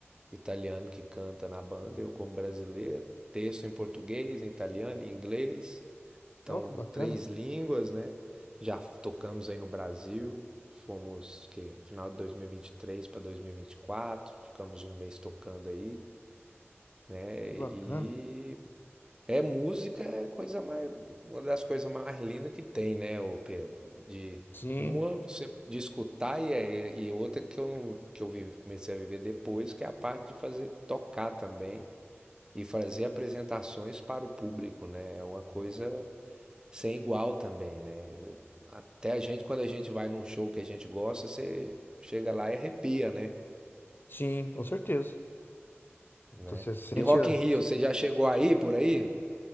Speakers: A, on the right; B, on the left.
A: italiano que canta na banda, eu como brasileiro, texto em português, em italiano, em inglês. Então,
B: Oh, que bacana,
A: três línguas, né? Já tocamos aí no Brasil, fomos que final de dois mil e e vinte e três para dois mil e e vinte e quatro ficamos um mês tocando aí, né?
B: que bacana.
A: E é música, é coisa mais uma das coisas mais lindas que tem, né, ô Pedro? De
B: Sim,
A: uma você de escutar e, é- e outra que eu não que eu vive, comecei a viver depois, que é a parte de fazer tocar também e fazer apresentações para o público, né? É uma coisa sem igual também, né? Até a gente, quando a gente vai num show que a gente gosta, você chega lá e arrepia, né?
B: sim, com certeza. Então
A: Né?
B: você sente.
A: E Rock
B: a-
A: in Rio, você já chegou aí, por aí?